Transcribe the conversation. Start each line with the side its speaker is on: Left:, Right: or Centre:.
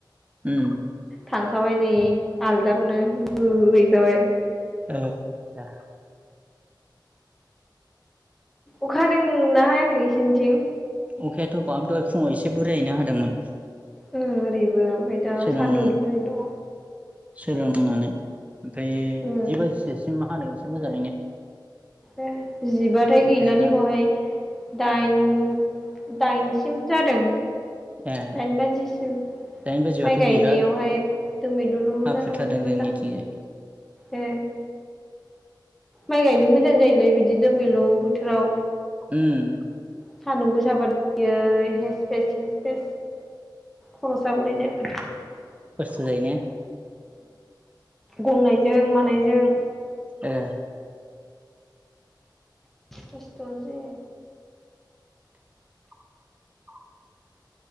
Right: उम
Centre: थांखाबाय नै आलदाखौनो होहैखाबाय
Right: ओ आलदा
Centre: अखाहादों ना हायाखै नोंसिनिथिं?
Right: अखायाथ' बाब दहाय फुङाव एसे बुरायहैनो हादोंमोन
Centre: उम ओरैबो दा
Right: सोरां
Centre: सान्दुं दुंनानै दङ।
Right: सोरां रांनानै ओमफ्राय
Centre: उम
Right: जि बाजिसोसिम मा हादों एसे मोजाङैनो
Centre: ए जिबाथाय
Right: ओमफ्राय
Centre: गैलानि
Right: दा
Centre: बवहाय दाइन दाइनसिम जादों
Right: ए
Centre: दाइन बाजिसिम
Right: दाइन बाजिबाथ'
Centre: माइ गायनायावहाय
Right: बिराद
Centre: दोममैदुलु
Right: हाखुथारदों
Centre: जादोंमोन मोजां
Right: जोंनिथिंजाय
Centre: ए माइ गायनो मोजां जायोलै बिदि दोमलु बोथोराव
Right: उम
Centre: सानदुं गोसाबा आयै हेस फेसस बे खर' सागुलायनाय
Right: होजायो ने।
Centre: गंनायजों मानायजों
Right: ए
Centre: खस्थ' आनो जायो।
Right: <inaudible>